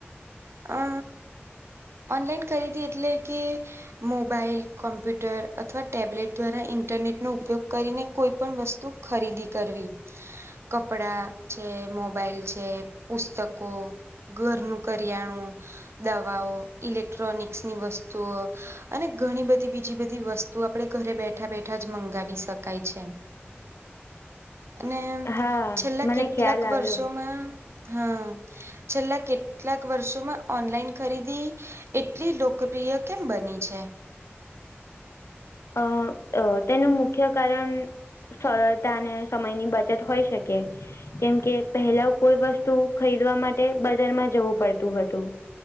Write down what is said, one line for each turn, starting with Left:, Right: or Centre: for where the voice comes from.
Right: અ ઓનલાઈન ખરીદી એટલે કે મોબાઈલ કોમ્પ્યુટર અથવા ટેબ્લેટ દ્વારા ઇન્ટરનેટ નો ઉપયોગ કરીને કોઈ પણ વસ્તુ ખરીદી કરવી. કપડા છે, મોબાઈલ છે, પુસ્તકો, ઘરનું કરી કરિયાણું દવાઓ ઇલેક્ટ્રોનિક્સની વસ્તુઓ અને ઘણી બધી બીજી બધી વસ્તુ તું આપે ઘરે બેઠા બેઠા જ મંગાવી શકાય છે. અને
Left: હા
Right: છેલ્લા
Left: મને
Right: કેટલાક
Left: ખ્યાલ
Right: વર્ષોમાં
Left: આવ્યો
Right: હા છેલ્લા કેટ કેટલાક વર્ષોમાં ઓનલાઈન ખરીદી એટલી લોકપ્રિય કેમ બની છે?
Left: અ તેનું મુખ્ય કારણ સરળતા અને સમયની બચત હોઈ શકે. કેમકે પહેલા કોઈ વસ્તુ ખરીદવા માટે બજારમાં જવું પડતું હતું